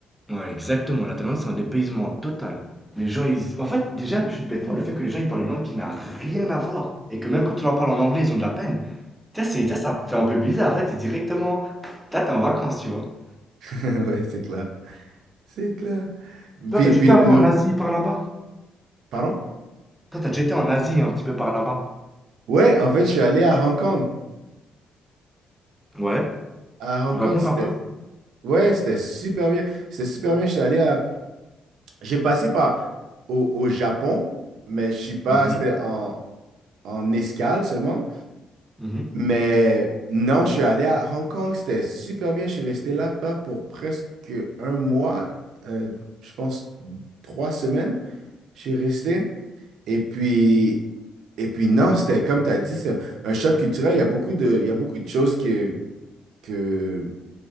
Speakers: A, in the centre; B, on the right.
A: Ouais, exactement. La Thaïlande, c'est un dépaysement total. Les gens, ils. En fait, déjà, juste bêtement, le fait que les gens, ils parlent une langue qui n'a rien à voir. Et que même quand tu leur parles en anglais, ils ont de la peine. Ça, c'est... ça, ça fait un peu bizarre. Là, t'es directement. Là, t'es en vacances, tu vois.
B: <laughs> Ouais, c'est clair. C'est clair.
A: Toi,
B: Puis,
A: t'as déjà
B: puis
A: été
B: la
A: un peu
B: nourriture.
A: en Asie par là-bas.
B: Pardon?
A: Toi, t'as déjà été en Asie un petit peu par là-bas.
B: Ouais, en fait, je suis allé à Hong Kong.
A: Ouais.
B: À Hong
A: Raconte
B: Kong, c'était.
A: un peu.
B: Ouais, c'était super bien. C'était super bien. Je suis allé à. J'ai passé par au, au Japon, mais je suis pas.
A: Mhm.
B: C'était en, en escale seulement.
A: Mhm.
B: Mais non, je suis allé à Hong Kong, c'était super bien. Je suis resté là-bas pour presque un mois, euh, je pense trois semaines. Je suis resté. Et puis, et puis non, c'était comme tu as dit, c'est un choc culturel. Il y a beaucoup de, il y a beaucoup de choses que, que,